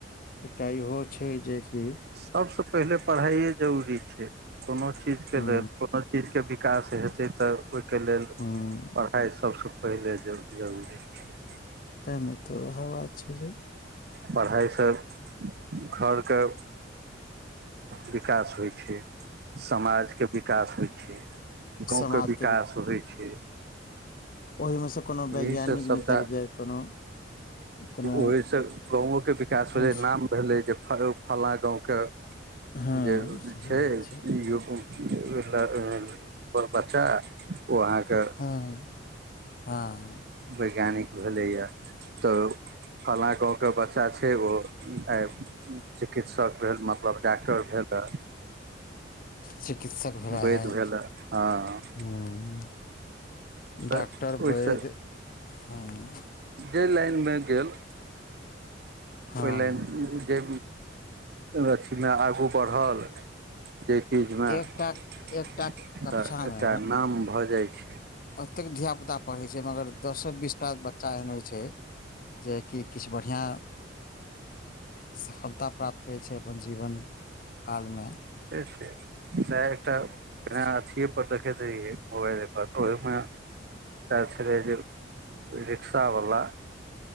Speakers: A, on the left; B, on the right.
A: एकटा इहो छै जेकि।
B: सबसे पहिले पढ़ाई जरूरी छै कोनो चीज केँ
A: हुं
B: लेल कोनो। चीजकेँ विकास हेतै तऽ ओइकेँ लेल
A: हुं
B: पढ़ाइ सबसँ। पहिले जाउ जरूरी छैै।
A: तै नै तऽ औहें बात छै जे।
B: पढ़ाइ सब <inaudible> घर कऽ। विकास होइ छै समाज केँ विकास होइ छै। गाँव
A: समाज
B: कऽ विकास होइ छै।
A: ओहिमे से कोनो वैज्ञानिक
B: एहिसँ सभटा
A: निकलि गेल कोनो। कोनो
B: ओहिसँ गाँव केँ विकास भेलै
A: अंश
B: नाम। भेलै जे <unintelligible> फलना गाँव के
A: हँ
B: जे
A: सही
B: छै।
A: बात
B: <unintelligible> बच्चा ओ अहाँ केँ।
A: <unintelligible> हँ
B: वैज्ञानिक भेलैएा तऽ फलना गाँव। कऽ बच्चा छै ओ आइ चिकित्सक भेल मतलब डॉक्टर भेलऽ।
A: चिकित्सक भेला
B: वैद्य
A: हे
B: भेल हँ
A: हूँ
B: तऽ
A: डॉक्टर
B: ओहिसँ
A: वैद हँ
B: जे लाइन मे गेल
A: हँ
B: ओहि लाइन जे अथी मे आगू बढ़ल देखी जेना
A: एकटा
B: त
A: एकटा कक्षा
B: एकटा
A: मे
B: नाम भ जाइ छै
A: ओतेक धिया पुता पढ़ैत छै मगर दसे बीस टा बच्चा एहन होइ छै जे कि किछ बढ़ियाँ सफलता प्राप्त करै छै अपन जीवन कालमे
B: से छै सएह एकटा पने
A: छै
B: अथिए पर देखैत रहियै मोबाइले पर ओहिमे एकटा छलै जे रिक्शावला